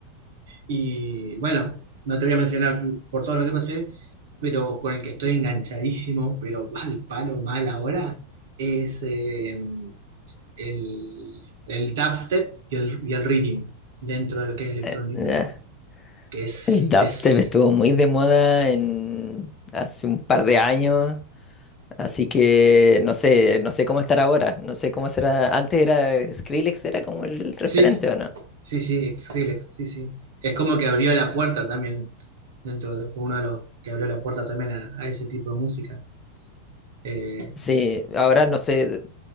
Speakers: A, on the right; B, on the left.
A: Y bueno, no te voy a mencionar por todo lo que pasé, pero con el que estoy enganchadísimo, pero <laughs> al palo mal ahora, es... eh, el, el dubstep y el, y el rhythm dentro de lo que es electronic,
B: Eh, ya.
A: que es,
B: El dubstep
A: es,
B: estuvo muy de moda en, hace un par de años, así que no sé, no sé cómo estará ahora, no sé cómo será. Antes era Skrillex, era como el referente,
A: sí,
B: ¿o no?
A: sí, sí, Skrillex, sí, sí. Es como que abrió la puerta también, dentro de, fue uno de los que abrió la puerta también a, a ese tipo de música. Eh,
B: Sí, ahora no sé,